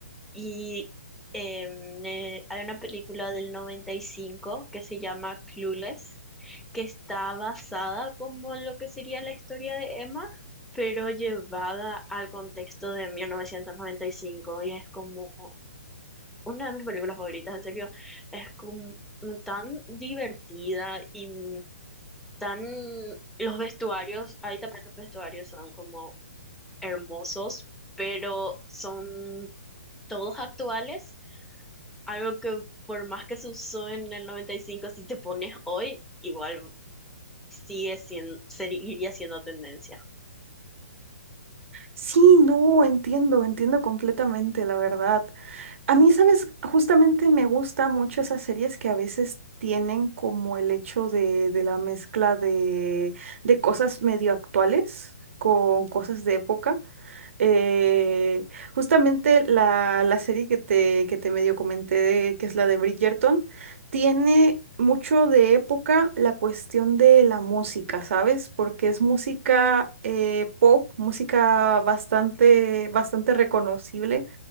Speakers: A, in the centre; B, on the right (about 55°).
A: Y em, eh, hay una película del 95 que se llama Clueless, que está basada como en lo que sería la historia de Emma, pero llevada al contexto de 1995. Y cinco. Y es como una de mis películas favoritas, en serio. Es como tan divertida y tan... Los vestuarios, ahí también los vestuarios son como hermosos, pero son todos actuales algo que por más que se usó en el noventa y cinco si te pones hoy, igual sigue siendo, seguiría siendo tendencia.
B: Sí, no, entiendo, entiendo completamente, la verdad. A mí, sabes, justamente me gusta mucho esas series que a veces tienen como el hecho de, de la mezcla de, de cosas medio actuales con cosas de época. Eh, justamente la, la serie que te, que te medio comenté, de- que es la de Bridgerton, tiene mucho de época la cuestión de la música, ¿sabes? Porque es música eh, pop, música bastante, bastante reconocible